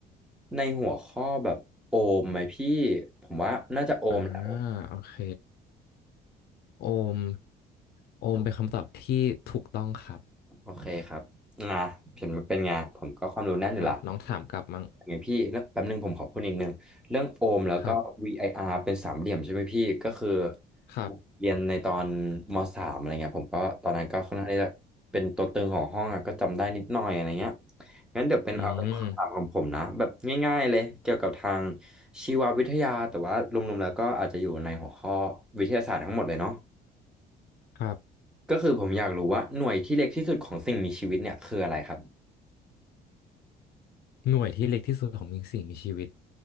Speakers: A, in the centre; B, on the left.
A: ในหัวข้อแบบโอห์มไหมพี่ ผมว่าน่าจะโอห์มแหละ
B: อ่าโอเค โอมโอมเป็นคำตอบที่ถูกต้องครับ
A: โอเคครับนะเห็นมันเป็นไงผมก็ความรู้แน่นอยู่ละ
B: มาน้องถามกลับมั้ง
A: ไงพี่แล้วแป๊บนึงผมขอพูดนิดนึงเรื่องโอห์มแล้วก็
B: ครับ
A: VIR เป็นสามเหลี่ยมใช่ไหมพี่ก็คือ
B: ครับ
A: เรียนในตอนมสามอะไรเงี้ยผมก็ตอนนั้นก็ค่อนข้างที่จะเป็นตัวตึงของห้องอะก็จำได้นิดหน่อยอะไรเงี้ยงั้นเดี๋ยวเป็นเอาเป็นคำถามของผมนะแบบง่ายๆเลยเกี่ยวกับทาง
B: อืม
A: ชีววิทยาแต่ว่ารวมๆแล้วก็อาจจะอยู่ในหัวข้อวิทยาศาสตร์ทั้งหมดเลยเนาะ
B: ครับ
A: ก็คือผมอยากรู้ว่าหน่วยที่เล็กที่สุดของสิ่งมีชีวิตเนี่ยคืออะไรครับ
B: หน่วยที่เล็กที่สุดของมีสิ่งมีชีวิต